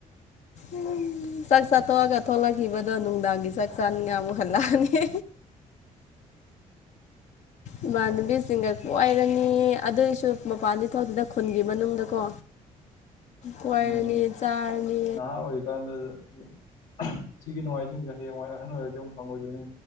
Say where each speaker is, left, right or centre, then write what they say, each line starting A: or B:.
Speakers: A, on the left; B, on the left.
A: ꯎ ꯎꯝ ꯆꯥꯛ ꯆꯥꯊꯣꯛꯑꯒ ꯊꯣꯛꯂꯛꯈꯤꯕꯗꯣ ꯅꯨꯡꯗꯥꯡꯒꯤ ꯆꯥꯛ ꯆꯥꯅꯤꯉꯥꯏ ꯑꯃꯨꯛ ꯍꯜꯂꯛꯑꯅꯤ ꯏꯃꯥꯟꯅꯕꯤꯁꯤꯡꯒ ꯀꯣꯏꯔꯅꯤ ꯑꯗꯨꯏꯁꯨ ꯃꯄꯥꯟꯗꯤ ꯊꯣꯛꯇꯦꯗ ꯈꯨꯟꯒꯤ ꯃꯅꯨꯡꯗꯀꯣ꯫ ꯀꯣꯏꯔꯅꯤ
B: ꯎꯝ
A: ꯆꯥꯔꯅꯤ
B: ꯅꯍꯥ ꯑꯣꯏꯔꯤ ꯀꯥꯟꯗ ꯑꯗꯨꯝ ꯁꯤꯒꯤ ꯅꯨꯡꯉꯥꯏꯔꯤꯁꯤꯡꯁꯦ ꯍꯌꯦꯡꯌꯥꯏ ꯑꯍꯟ ꯑꯣꯏꯔꯗꯤ ꯑꯃꯨꯛ ꯐꯪꯉꯣꯏꯗꯣꯏꯅꯤ꯫